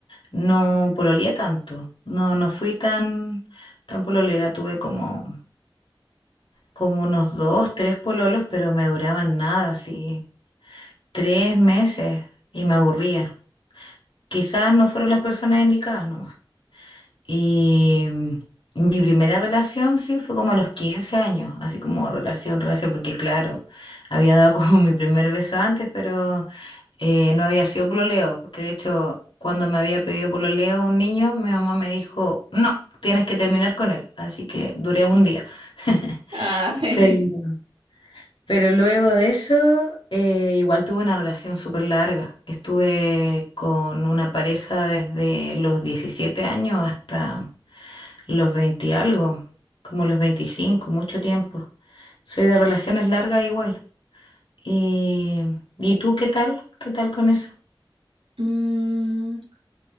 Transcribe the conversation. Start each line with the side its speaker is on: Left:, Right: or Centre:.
Left: no pololeé tanto. No, no fui tan, tan pololera. Tuve como, como unos dos, tres pololos, pero me duraban nada, así, tres meses y me aburría. Quizás no fueron las personas indicadas, no Y mi primera relación, sí, fue como a los 15 años, así como relación, relación, porque claro, había dado como <laughs> mi primer beso antes, pero eh, no había sido pololeo, porque de hecho, cuando me había pedido pololeo un niño, mi mamá me dijo, no, tienes que terminar con él, así que duré un día. <laughs>
Right: Ah, <laughs>
Left: Pero, pero luego de eso, eh, igual tuve una relación súper larga. Estuve con una pareja desde los 17 años hasta... Los 20 y algo, como los veinticinco mucho tiempo. Soy de relaciones largas igual. ¿Y, ¿y tú qué tal? ¿Qué tal con eso?
Right: mm,